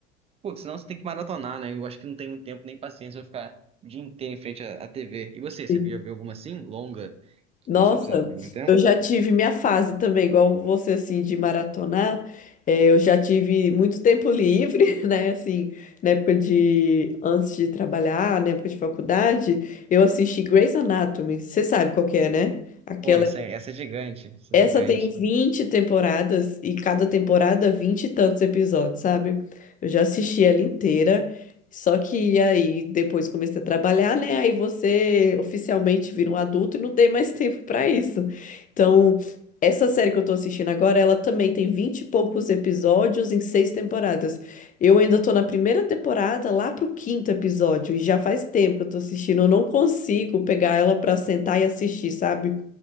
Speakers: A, on the right; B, on the left.
A: Pô, senão você tem que maratonar, né? Eu acho que não tem muito tempo nem paciência pra ficar o dia inteiro em frente à, à TV. E você, você
B: sim.
A: já viu alguma assim, longa, que
B: Nossa,
A: você precisa ficar muito tempo?
B: eu já tive minha fase também, igual você, assim, de maratonar. Eh, eu já tive muito tempo livre, <laughs> né? Assim, na época de... Antes de trabalhar, na época de faculdade, eu assisti Grey's Anatomy. Você sabe qual que é, né? Aquela
A: Pô, isso é, essa é gigante, essa
B: essa
A: é gigante.
B: tem 20 temporadas e cada temporada 20 e tantos episódios, sabe? Eu já assisti ela inteira, só que aí depois comecei a trabalhar, né? Aí você oficialmente vira um adulto e não tem mais <laughs> tempo pra isso. Então, essa série que eu tô assistindo agora, ela também tem 20 e poucos episódios em seis temporadas. Eu ainda tô na primeira temporada, lá pro quinto episódio, e já faz tempo que eu tô assistindo, eu não consigo pegar ela pra sentar e assistir, sabe?